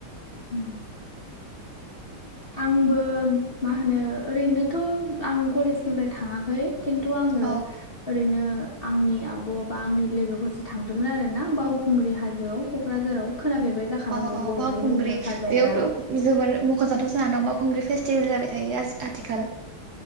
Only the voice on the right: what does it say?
औ
अ अ
बावखुंग्रि
बेयावथ' जोबोर मख'जाथाव जाना दं। खुंग्रि फेस्टिभेल जाबाय थायो आथिखाल